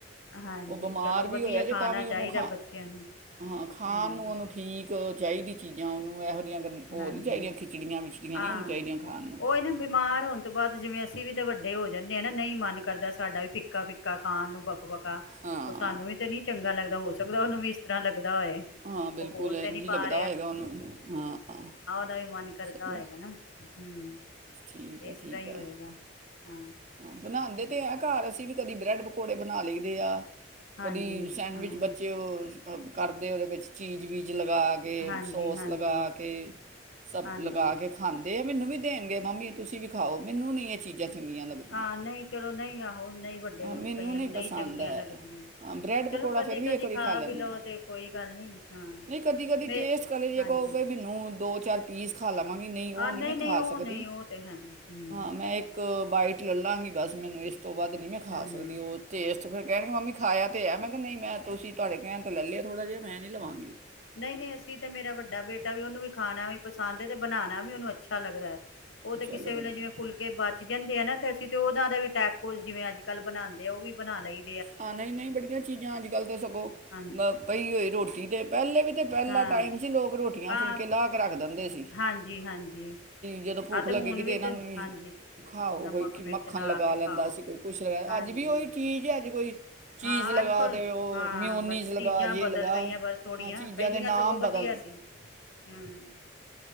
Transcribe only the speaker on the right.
ਓ ਬਿਮਾਰ
ਵੀ
ਹੋਇਆ ਜੇ
ਤਾਂ ਵੀ
ਉਹਨੂੰ ਖਾ
ਹਾਂ, ਖਾਣ
ਨੂੰ ਉਹਨੂੰ ਠੀਕ ਚਾਹੀ ਚੀਜ਼ਾਂ ਉਹਨੂੰ ਇਹੋ ਜਿਹੀਆਂ ਗੰ- ਉਹ
ਨਹੀਂ ਚਾਹੀਦੀਆਂ ਖਿਚੜੀਆਂ ਵਿਚੜੀਆਂ
ਨਹੀਂ ਉਹਨੂੰ ਚਾਹੀਦੀਆਂ ਖਾਣ ਨੂੰ
ਹਾਂ
ਹਾਂ ਬਿਲਕੁੱਲ
ਇੰਝ
ਈ
ਲੱਗਦਾ ਹੋਏਗਾ ਉਹਨੂੰ ਹਾਂ
ਚਲੋ
ਠੀਕ ਹੈ
ਠੀਕ
ਹੈ
ਹਾਂ ਬਣਾਉਂਦੇ
ਤੇ ਹੈ ਘਰ ਅਸੀਂ ਵੀ, ਕਦੀ ਬ੍ਰੈਡ ਪਕੌੜੇ ਬਣਾ ਲਈ ਦੇ ਆ,
ਕਦੀ ਸੈਂਡਵਿਚ
ਬੱਚੇ ਕਰਦੇ ਹੋਏ ਵਿੱਚ ਚੀਜ਼ ਵੀ ਲਗਾ ਕੇ
ਸੋਸ
ਲਗਾ ਕੇ, ਸਭ
ਲਗਾ ਕੇ ਖਾਂਦੇ ਆ ਮੈਨੂੰ ਵੀ ਦੇਣਗੇ ਮੰਮੀ ਤੁਸੀਂ ਵੀ ਖਾਓ, ਮੈਨੂ ਨਹੀ ਇਹ ਚੀਜ਼ਾਂ ਚੰਗੀਆਂ ਲੱਗਦੀਆਂ
ਹਾਂ ਮੈਨੂੰ
ਨਹੀਂ
ਪਸੰਦ
ਆ
ਹਾਂ ਬਰੈਡ
ਪਕੌੜਾ
ਫਿਰ ਵੀ
ਇੱਕ ਵਾਰੀ ਖਾ ਲੈਂਦੇ
ਹਾਂ
ਨਹੀਂ ਕਦੀ ਕਦੀ
ਟੇਸਟ ਕਰੇ ਜੇ
ਕਗੇ ਮੈਨੂੰ ਦੋ ਚਾਰ ਪੀਸ ਖਾ ਲਵਾਂਗੀ ਨਹੀਂ ਉਹ
ਨਹੀਂ ਮੈਂ ਖਾ
ਸਕਦੀ
ਹਾਂ ਮੈਂ ਇੱਕ ਕੁ ਬਾਈਟ ਲੈੱਲਾਂਗੀ ਬਸ ਮੈਨੂੰ ਇਸ ਤੋਂ ਬਾਅਦ ਨਹੀਂ ਮੈਂ ਖਾ
ਸਕਦੀ ਹੋ ਉੱਥੇ <unintelligible> ਕਹਿਣਗੇ ਮੰਮੀ ਖਾਇਆ ਤੇ ਹੈ ਮੈਂ ਕਿਹਾ ਨਹੀਂ ਮੈਂ ਤੁਸੀਂ ਤੁਹਾਡੇ ਕਹਿਣ <unintelligible> ਨਹੀਂ ਲਵਾਂਗੀ
ਚਲੋ ਵਧੀਆ
ਹਾਂ ਨਹੀਂ ਨਹੀਂ ਬੜੀਆਂ ਚੀਜ਼ਾਂ ਅੱਜ ਕੱਲ੍ਹ ਤਾਂ ਸਗੋਂ
ਪਈ ਹੋ ਰੋਟੀ ਦੇ ਪਹਿਲੇ ਵੀ ਪਹਿਲਾ
ਟਾਈਮ ਸੀ ਲੋਕ ਰੋਟੀਆਂ
ਫੁਲਕੇ ਲਾ ਕੇ ਰੱਖ ਦਿੰਦੇ ਸੀ
ਜਦੋਂ ਭੁੱਖ
ਲੱਗੇਗੀ
ਇਹਨਾਂ
ਨੂੰ
ਖਾਓ
ਕੋਈ
ਮੱਖਣ
ਲਗਾ
ਲੈਂਦਾ ਸੀ ਕੋਈ ਕੁਛ
ਅੱਜ ਵੀ ਉਹੀ ਚੀਜ਼ ਐ ਕੋਈ ਚੀਜ਼
ਲਗਾ
ਦੇਵੇ ਓ
ਮਿਉਨਿਜ
ਲਗਾ
ਓ ਲਗਾ
ਹਾਂ ਚੀਜ਼ਾਂ
ਦੇ ਨਾਮ
ਬਦਲ